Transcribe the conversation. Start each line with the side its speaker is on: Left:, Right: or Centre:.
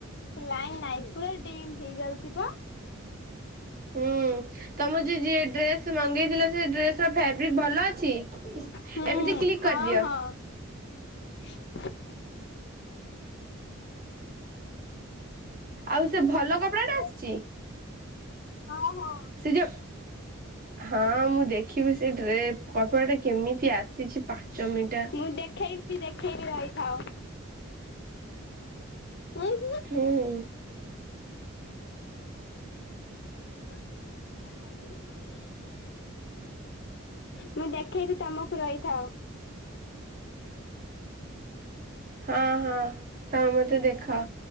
Left: ଲାଇଁ ନାଇଁ ପୁରା ଡିମ୍ ହେଇଯାଉଛି ପା
Right: ହୁଁ ତମ ଯ ଯିଏ ଡ୍ରେସ ମଗେଇଥିଲେ ସେ ଡ୍ରେସ ର ଫାବ୍ରିକ ଭଲ ଅଛି। ଏମିତି
Left: ହୁଁ
Right: କ୍ଲିକ୍
Left: ହଁ
Right: କରିଦିଅ।
Left: ହଁ। <inaudible>
Right: ଆଉ ସେ ଭଲ
Left: ତାପରେ
Right: କପଡା ଟା ଆସିଛି?
Left: ହଁ ହଁ।
Right: ସେ ଯୋଉ ହଁ ମୁଁ ଦେଖିବି ସେଟରେ କପଡା ଟା କେମିତି ଆସିଛି ପାଞ୍ଚ ମିଟର।
Left: ମୁଁ ଦେଖେଇବି ଦେଖେଇବି ରହିଥାଉ ହୁଁ।
Right: ହୁଁ ହୁଁ।
Left: ହଁ। ମୁଁ ଦେଖେଇବି ତମକୁ ରହିଥାଉ।
Right: ହଁ ହଁ ତମ ମତେ ଦେଖ